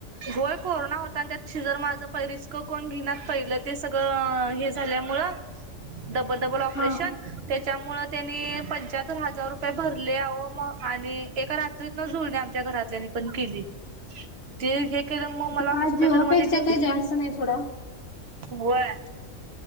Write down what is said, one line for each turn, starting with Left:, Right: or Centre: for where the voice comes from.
Right: होय कोरोना होता आणि त्यात शीजर माझ परिस्कोप घे पहि ते सगळ झाल्यामूळ डबल डबल ओप्राशन
Left: हा
Right: त्यामुळे त्याने पंचायत तर हजार रुपये भरले आहे मग आणि एका रात्रीत न जुळणे आमच्या घरातल्याने पण केली ते हे केलं मग मला
Left: थ काजू
Right: हॉस्पिटलमध्ये
Left: अपेक्षा
Right: घेऊन
Left: का जास्त नाही थोडा
Right: होय